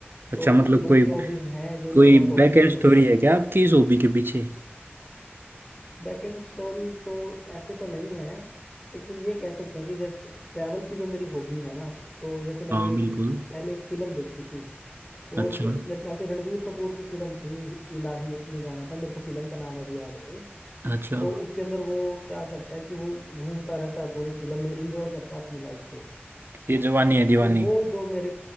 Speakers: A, on the right; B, in the centre.
A: अच्छा
B: तो
A: मतलब
B: दो
A: कोई
B: तीन हॉबीज हैं जो इनको
A: कोई
B: मैं फॉलो
A: बैक एंड
B: करता
A: स्टोरी
B: हूँ
A: है क्या आपकी इस हॉबी के पीछे
B: बैकएंड स्टोरी तो ऐसे तो नहीं है लेकिन ये कह सकते हैं कि जैसे ट्रैवल की जो मेरी हॉबी है ना तो जैसे मैंने
A: हाँ बिल्कुल
B: एक पहले एक फिल्म देखी थी वो
A: अच्छा
B: एक मेरे ख्याल से रणबीर कपूर की फिल्म थी इलाही उसमें गाना था मेरे को फिल्म का नाम अभी याद नहीं
A: अच्छा
B: तो उसके अंदर वो क्या करता है कि वो घूमता रहता है पूरी फिल्म में इंजॉय करता है अपनी लाइफ को
A: ये जवानी है दीवानी
B: तो वो जो मेरे